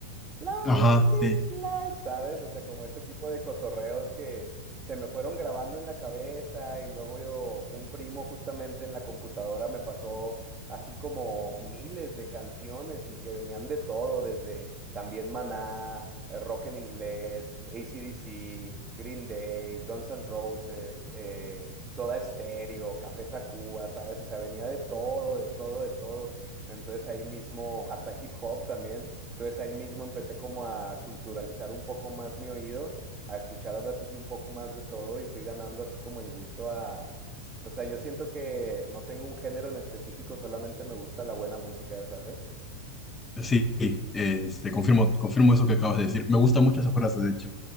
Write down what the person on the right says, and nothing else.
Life
is life, ¿sabes? O sea, como este tipo de cotorreos que se me fueron grabando en la cabeza y luego yo, un primo justamente en la computadora me pasó así como miles de canciones y que venían de todo, desde también Maná, eh, rock en inglés, AC/DC, Green Day, Guns N' Roses, eh, Soda Stereo, Café Tacuba, ¿sabes? O sea, venía de todo, de todo, de todo. Entonces ahí mismo, hasta hip hop también. Entonces ahí mismo empecé como a culturalizar un poco más mi oído, a escuchar ahora sí que un poco más de todo y fui ganando así como el gusto a... O sea, yo siento que no tengo un género en específico, solamente me gusta la buena música, ¿sabes?